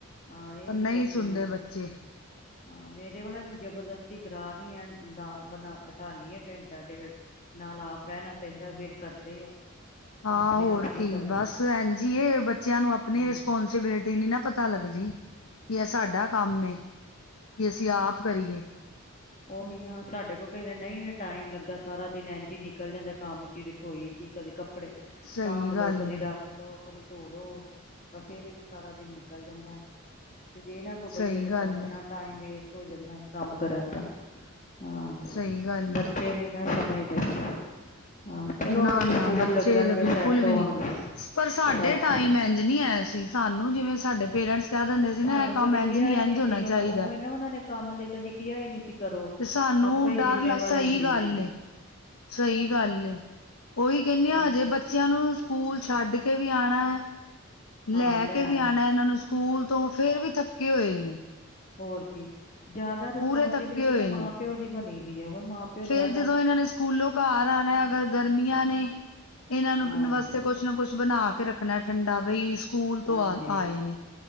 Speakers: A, on the left (about 35°); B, on the left (about 80°).
A: ਹਾਂ ਇਹੀ
B: ਪਰ ਨਈ
A: ਬੱਚਿਆਂ
B: ਸੁਣਦੇ
A: ਨੂੰ
B: ਬੱਚੇ।
A: ਹਾਂ, ਮੇਰੇ ਵਾਲੇ ਨੂੰ ਜਬਰਦਸਤੀ ਕਰਾ ਰੀ ਆ ਐਨ ਬਲਾ, ਬ -ਬਠਾਨੀ ਆ ਘੈਟਾ- ਡੇਢ, ਨਾਲ ਆਪ ਬੈਣਾ ਪੈਂਦੈ ਫੇਰ ਕਰਦੇ ਆ।
B: ਹਾਂ-ਹੋਰ
A: ਆਪਣੇ ਆਪ ਨਹੀਂ
B: ਕੀ,
A: ਕਰਦੇ
B: ਬਸ ਐਨਜੀ ਏ ਬੱਚਿਆਂ ਨੂੰ ਅਪਣੀ
A: ਹੂੰ
B: ਰਿਸਪੋਂਸੀਬਿਲੀਟੀ ਨੀ ਨਾ ਪਤਾ ਪਤਾ ਲੱਗੇ ਜੀ, ਕਿ
A: ਉਹ
B: ਐ
A: ਕਹਿੰਦੇ
B: ਸਾਡਾ
A: ਨਹੀਂ
B: ਕੰਮ ਏ ਕਿ ਅਸੀਂ ਆਪ ਕਰੀਏ।
A: ਓਹੀ ਨਾ ਸਾਡੇ ਕੋਲ ਕਈ ਵਾਰ ਨਈ ਵੀ ਟਾਈਮ ਲੱਗਦਾ, ਸਾਰਾ ਦਿਨ ਐਂਜ ਈ ਨਿਕਲ ਜਾਂਦੈ ਕੰਮ ਚ ਈ, ਰਸੋਈ ਚ ਈ, ਕਦੇ ਕੱਪੜੇ
B: ਸਹੀ
A: ਸਾਂਭ ਲੋ
B: ਗੱਲ
A: ਕਦੀ
B: ਏ
A: ਰੱਖ ਰੱਖ ਲੋ ਕਦੇ ਧੋ ਲਓ ਬਸ ਇਹਦੇ ਚ ਸਾਰਾ ਦਿਨ ਨਿਕਲ ਜਾਂਦਾ ਤੇ ਜੇ ਨਾ ਬਹਿਏ
B: ਸਹੀ
A: ਤੇ
B: ਗੱਲ
A: ਫੇਰ ਆਪਣਾ
B: ਏ
A: ਟਾਈਮ ਵੇਸਟ ਹੋ ਜਾਂਦਾ ਕੰਮ ਕਰਨ ਦਾ ਹਾਂ
B: ਸਹੀ ਗੱਲ
A: ਬੱਚੇ
B: ਏ
A: ਨੀ ਨਾ ਸਮਝਦੇ ਪਰ
B: <inaudible>
A: ਹਾਂ ਚਲੋ
B: ਨਾ
A: ਆਪੇ
B: ਨਾ
A: ਸਕੂਲ
B: ਬੱਚੇ
A: ਲੱਗਣਗੇ
B: ਤਾਂ ਬਿਲਕੁਲ
A: ਸੈੱਟ
B: ਵੀ
A: ਹੋਣਗੇ
B: ਨੀ‌ ਪਰ ਸਾਡੇ
A: ਸੈੱਟ
B: ਟਾਈਮ ਇਜ ਨਹੀਂ ਹੈ ਸੀ ਸਾਨੂੰ ਜਿਵੇਂ ਸਾਡੇ ਪੇਰੈਂਟਸ ਕਹਿ ਦਿੰਦੇ ਸੀ ਨਾ
A: ਸਾਨੂੰ
B: ਇਹ ਕੰਮ
A: ਕਦੀ ਕਿਹਾ
B: ਇੰਝ ਨਹੀਂ
A: ਹੀ
B: ਇੰਝ ਹੋਣਾ
A: ਸੀ ਉਹ
B: ਚਾਹੀਦੇ
A: ਉਹ ਨਾ ਉਹਨਾਂ ਨੇ ਕੰਮ ਲਈ ਕਦੀ ਕਿਹਾ ਹੀ ਨਹੀਂ ਸੀ ਕਰੋ
B: ਤੇ ਸਾਨੂੰ
A: ਆਪੇ
B: ਡਰ
A: ਜਿੰਮੇਵਾਰੀ
B: ਲ ਸਹੀ
A: ਹੁੰਦੀ
B: ਗੱਲ
A: ਸੀ
B: ਏ ਸਹੀ
A: ਹਮ
B: ਗੱਲ ਏ ਉਹੀ ਕਹਿੰਨੀ ਆ
A: ਉਹ
B: ਹਜੇ ਬੱਚਿਆਂ ਨੂੰ ਸਕੂਲ ਛੱਡ ਕੇ ਵੀ ਆਣਾ ਲੈ
A: ਹਾਂ ਲੈਣ
B: ਕੇ ਵੀ ਆਣਾ ਇਹਨਾਂ ਨੂੰ ਸਕੂਲ ਤੋਂ ਫੇਰ ਵੀ ਥੱਕੇ ਹੋਏ ਨੇ
A: ਹੋਰ ਕੀ ਜ਼ਿਆਦਾ ਰਿਸਪੋਂਸੀਬਿਲਿਟੀ
B: ਪੂਰੇ ਥੱਕੇ ਹੋਏ
A: ਤੇ ਮਾਂ
B: ਨੇ
A: ਪਿਓ ਦੀ ਬਣੀ ਦੀ ਹੈ ਹੁਣ ਮਾਂ ਪਿਓ ਜ਼ਿਆਦਾ
B: ਫੇਰ ਜਦੋਂ ਇਹਨਾਂ ਨੇ ਸਕੂਲੋਂ ਘਰ ਆਣਾ ਅਗਰ ਗਰਮੀਆਂ ਨੇ ਇਹਨਾਂ ਨੂੰ
A: ਹਾਂ
B: ਵਾਸਤੇ ਕੁਛ ਨਾ ਕੁਛ ਬਣਾ ਕੇ ਰੱਖਣਾ ਠੰਡਾ ਬਈ ਸਕੂਲ
A: ਹਾਂਜੀ
B: ਤੋਂ ਆ ਆਏ ਨੇ